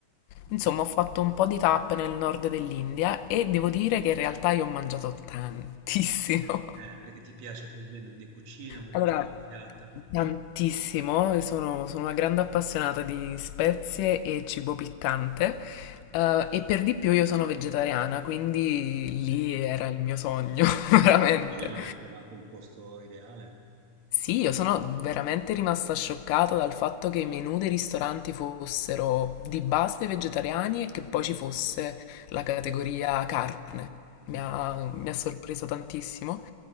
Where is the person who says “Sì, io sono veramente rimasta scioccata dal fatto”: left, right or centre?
Left